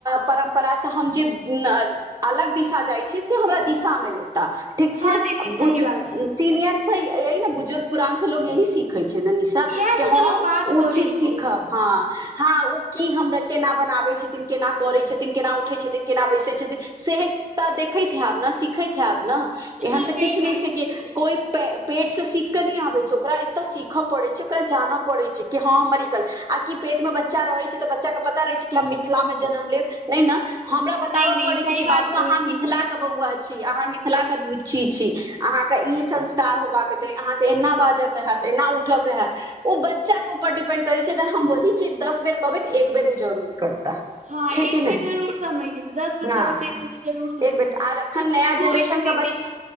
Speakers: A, on the right; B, on the right.
A: परम परा स हम जे अलग दिशा जाइ छी से हमरा दिशा में लेता ठीक छैय
B: हँ दीदी सही
A: बुजुर्ग
B: बात छै
A: सीनियर स ये ही बुजुर्ग पुरान से लोग यही सीखे छैय नि तऽ
B: इएह
A: केँ
B: से तऽ
A: हम
B: लोग बात
A: ओ
B: करै
A: चीज सीखब
B: छै
A: हाँ हाँ ओ की हमरा केना बनाबै छथिन केना करै छथिन। थीन केना उठै छथिन केना बैसैत छथिन सेह तऽ देखैत हयब न सिखैत हैब न एहन
B: हँ सही
A: तऽ किछ
B: बात
A: नै छै
B: कहै
A: कि
B: छी दीदी
A: कोइ प पेट से सीख कऽ नै आबे छै ओकरा एतय सीख पड़े छै ओकरा जान पड़े छै कि हँ हमर गल आ कि पेट में बच्चा रहै छै तऽ बच्चा कऽ पता रहै छै कि हम मिथिला मे जन्म लेब नै न हमरा बताब
B: नहि नहि
A: पड़ैत
B: सही
A: छैय कि
B: बात
A: बाबू
B: कहै
A: अहाँ
B: छी
A: मिथिला बौआ छी अहाँ मिथिला कऽ बुच्ची छी अहाँ कऽ ई संस्कार होबा कऽ चाही अहाँ कऽ एना बाज कऽ हैत एना उठ कऽ हैत। ओ बच्चा कऽ ऊपर डिपेंड करै छै अगर हम वही चीज दस बेर कहबै तऽ एक बेड़ ओ जरूर करता।
B: हँ
A: छै
B: एक
A: कि नहि
B: बे जरूर समझ जतै दस बे
A: हँ
B: कहबै देखबै तऽ एक बेर तऽ जरूर समझ
A: एक बेर आर एखन
B: सचमे
A: नया
B: गोै
A: जेनरेशन
B: है छै
A: के
B: दीदी
A: बच्चा